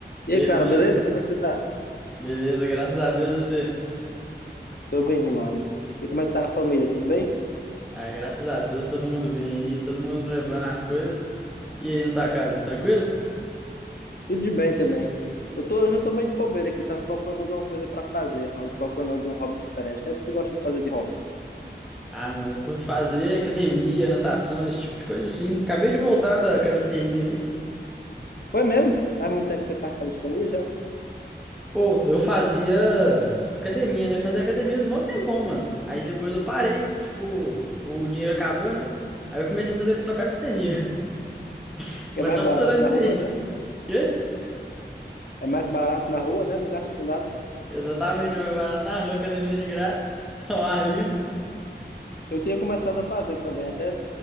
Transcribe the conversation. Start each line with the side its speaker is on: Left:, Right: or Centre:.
Left: E
Centre: E
Left: aí,
Centre: aí,
Left: cara,
Centre: mano?
Left: beleza? Como é que você tá?
Centre: Beleza, graças a Deus você.
Left: Tô bem demais. E como é que tá a família? Tudo bem?
Centre: Ah, graças a Deus, todo mundo bem aí, todo mundo levando as coisas. E aí, na sua casa, tranquilo?
Left: Tudo de bem também. Eu tô, hoje eu tô meio de bobeira aqui, tava procurando alguma coisa pra fazer, ou procurando algum hobby diferente. O que é que você gosta de fazer de hobby?
Centre: Ah, mano, eu curto fazer academia, natação, esse tipo de coisa assim. Acabei de voltar da calistenia ali.
Left: Foi mesmo? Faz muito tempo que você faz calistenia já,
Centre: Pô, eu fazia academia, né? Fazia academia mó tempão, mano. Aí depois eu parei, tipo, o dinheiro acabou, né? Aí eu comecei a fazer só calistenia. <laughs>
Left: que
Centre: Mas
Left: é mais
Centre: tá
Left: barato
Centre: funcionando
Left: na
Centre: direitinho.
Left: rua, né?
Centre: Quê?
Left: É mais barato na rua, né? Não gasta com nada.
Centre: Exatamente, é mais barato na rua, academia de grátis, <laughs> ao ar livre.
Left: Eu tinha começado a fazer também, até